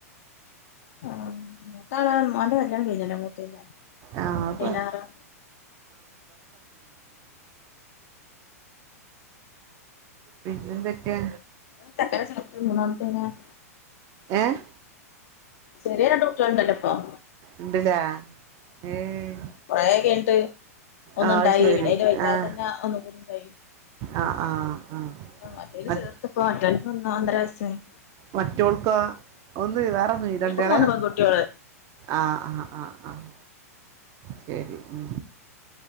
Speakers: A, on the left; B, on the right.
A: ആഹ് <unintelligible> മോന്റെ കല്യാണം കഴിഞ്ഞല്ലോ മൂത്തൂൻ്റെ
B: ആഹ് അത്
A: പായ്നാറാ
B: പിന്നെന്തൊക്കെയാ
A: ചക്കര <unintelligible>
B: ഏഹ്
A: ചെറിയേ രണ്ട് കുട്യാള്ണ്ടല്ലോപ്പം
B: ഇണ്ട്ല്ലേ ഏഹ്
A: കൊറേകയ്ഞ്ഞ്ട്ട് ഒന്നുണ്ടായി
B: ആഹ് അത് ശരി
A: പിന്നെ അയ്ന്റെ വയ്ത്താലെ
B: ആഹ്
A: തന്നെ ഒന്നും കൂടിണ്ടായി
B: ആഹ് ആഹ് ആഹ്
A: മറ്റോല്ത്
B: മ
A: ചേർത്ത്പ്പം മറ്റോന്ക്ക് ഒന്ന് രണ്ടര വയസായ്ണ്
B: മറ്റോൾക്കോ ഒന്ന് വേറൊന്നുടെ
A: ഓൽക്ക്
B: രണ്ടാള
A: മൂന്ന് പെൺകുട്ടിയോള്
B: ആഹ് ആഹ് ആഹ് ആഹ് ശരി ഉം